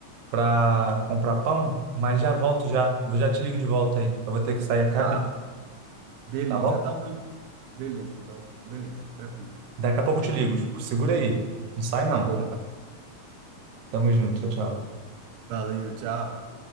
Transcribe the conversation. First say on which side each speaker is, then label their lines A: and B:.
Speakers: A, on the right (about 80°); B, on the right (about 70°).
A: para comprar pão, mas já volto já. Eu já te ligo de volta aí. Eu vou ter que sair aqui rapidinho,
B: Tá, beleza,
A: tá bom?
B: tá bom. então. Beleza, então, beleza, tranquilo.
A: Daqui a pouco eu te ligo. Segura aí. Não sai não.
B: Tá bom.
A: Tamo junto. Tchau, tchau.
B: Valeu, tchau.